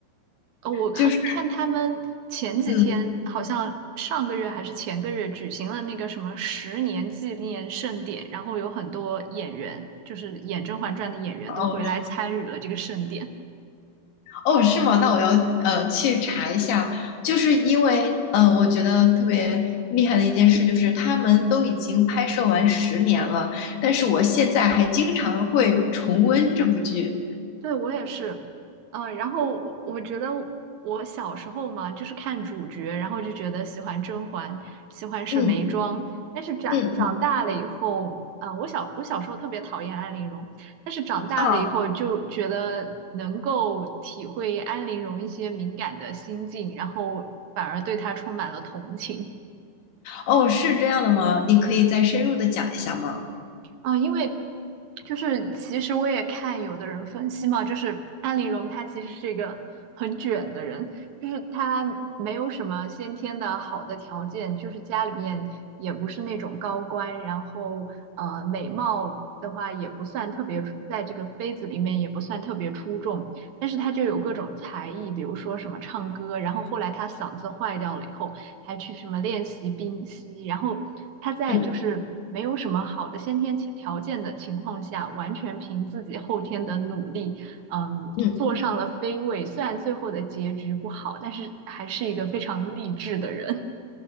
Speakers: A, on the right; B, on the left.
A: 呃我看看他们前几天好像上个月还是前个月举行了那个什么十年纪念盛典，
B: 就是嗯，
A: 然后有很多演员，就是演《甄嬛传》的演员都回来参与了这个盛典。
B: 哦，哦，是吗？那我要呃去查一下，就是因为呃，我觉得特别厉害的一件事就是他们都已经拍摄完十年了，但是我现在还经常会重温这部剧。
A: 对，我也是，嗯，然后我我觉得我小时候嘛，就是看主角，然后就觉得喜欢甄嬛，喜欢沈眉庄，
B: 嗯
A: 但是长长大了以后，
B: 嗯
A: 嗯，我小我小时候特别讨厌安陵容，但是长大了以后就觉得能够体会安陵容一些敏感的心境，
B: 啊，
A: 然后反而对她充满了同情。
B: 哦，是这样的吗？你可以再深入的讲一下吗？
A: 啊，因为就是其实我也看有的人分析嘛，就是安陵容她其实是一个很卷的人，就是她没有什么先天的好的条件，就是家里面也不是那种高官，然后呃美貌的话也不算特别出，在这个妃子里面也不算特别出众，但是她就有各种才艺，比如说什么唱歌，然后后来她嗓子坏掉了以后。还去什么练习冰嬉，然后他在就是没有什么好的先天条条件的情况下，
B: 嗯
A: 完全凭自己后天的努力，嗯，
B: 嗯，
A: 坐上了飞位。虽然最后的结局不好，但是还是一个非常励志的人。